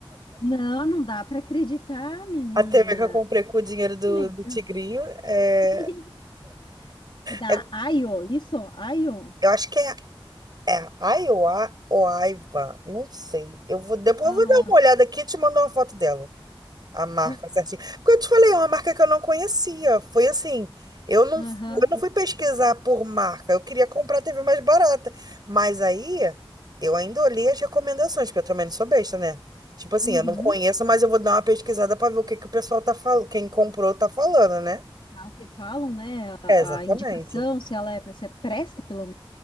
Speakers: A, on the left (about 65°); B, on the right (about 45°).
A: Não, não dá para acreditar, menina.
B: A TV que eu comprei com o dinheiro do,
A: Que legal.
B: do Tigrinho é,
A: <laughs> É da
B: é-
A: Ayo, isso? Ayo.
B: eu acho que é, é Iowa ou Aiva, não sei. Eu vou, depois
A: Aham.
B: eu vou dar uma olhada aqui e te mando uma foto dela. A marca
A: Tá.
B: certinha. Porque eu te falei, é uma marca que eu não conhecia. Foi assim, eu não,
A: Aham.
B: fu- eu não fui pesquisar por marca. Eu queria comprar a TV mais barata. Mas aí, eu ainda olhei as recomendações, porque eu também não sou besta, né? Tipo assim,
A: Uhum.
B: eu não conheço, mas eu vou dar uma pesquisada para ver o que que o pessoal tá falando, quem comprou tá falando, né?
A: Ah, o que falam, né? A,
B: É, exatamente.
A: a indicação, se ela é, se é presta, pelo